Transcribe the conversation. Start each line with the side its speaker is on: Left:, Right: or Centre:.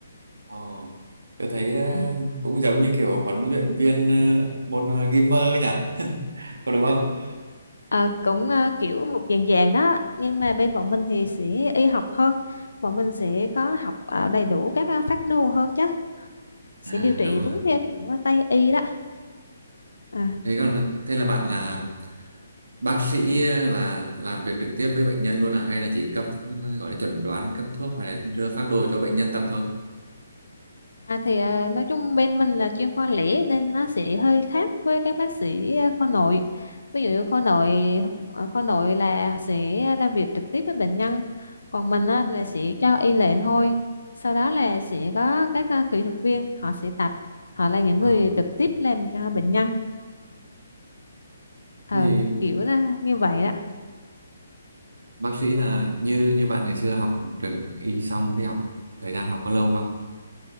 Right: Ờ, tôi thấy ờ,
Left: ừ.
Right: cũng giống như kiểu huấn luyện viên ờ, môn ờ, gamer ấy nhỉ <laughs> có đúng không
Left: À, cũng à, kiểu một dạng dạng đó nhưng mà bên bọn mình thì sẽ y học hơn bọn mình sẽ có học à, đầy đủ các à, phác đồ hơn chứ sẽ
Right: À
Left: điều trị
Right: đúng
Left: đúng
Right: rồi.
Left: theo kiểu à, Tây y đó à.
Right: Thế còn thế là bạn là bác sĩ là làm việc trực tiếp với bệnh nhân luôn à hay là chỉ cấp gọi là chuẩn đoán cấp thuốc hay là đưa phác đồ cho bệnh nhân tập thôi?
Left: À thì à, nói chung bên mình là chuyên khoa lẻ nên nó sẽ hơi khác với các bác sĩ à, khoa nội. Ví dụ như khoa nội ở khoa nội là sẽ làm việc trực tiếp với bệnh nhân, còn mình á, là sẽ cho y lệnh thôi. Sau đó là sẽ có các à, kỹ thuật viên họ sẽ tập, họ là những
Right: Ờ,
Left: người trực tiếp làm cho bệnh nhân. Ờ,
Right: thì
Left: kiểu là như vậy đó.
Right: bác sĩ là như như bạn ngày xưa học trường y xong thì học thời gian học có lâu không?